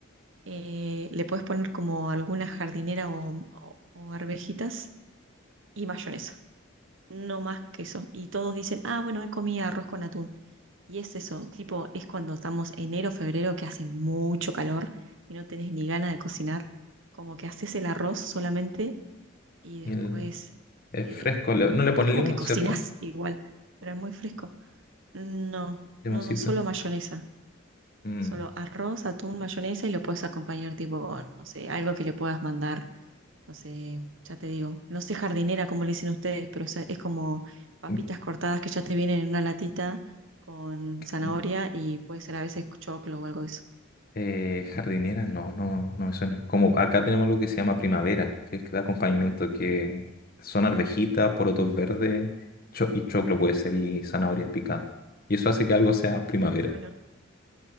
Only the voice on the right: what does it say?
eh, le puedes poner como alguna jardinera o, o- o arvejitas y mayonesa, no más que eso. Y todos dicen, ah, bueno, he comido arroz con atún. Y es eso, tipo, es cuando estamos enero, febrero, que hace mucho calor y no tenés ni ganas de cocinar, como que haces el arroz solamente y después
eh,
es como
que cocinás
igual, pero es muy fresco. No,
no, no, solo mayonesa.
Solo arroz, atún, mayonesa y lo puedes acompañar tipo con, no sé, algo que le puedas mandar, no sé, ya te digo, no sé jardinera como le dicen ustedes, pero o sea, es como papitas
cortadas que ya te vienen en una latita con zanahoria
y puede ser a veces choclo o algo de eso.
Bueno,